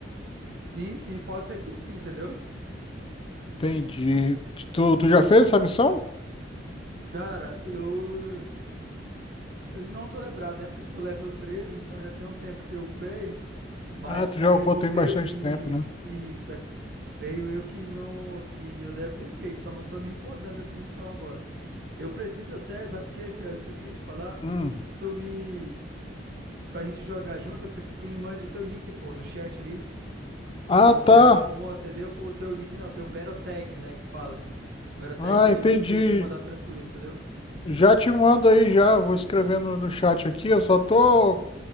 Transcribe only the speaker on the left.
Entendi. Tu, tu já fez essa missão?
Ah, tu
já upou tem
bastante
tempo, né?
Hum.
Ah,
tá.
Ah,
entendi.
Já te mando aí já. Vou escrevendo no, no chat aqui. Eu só tô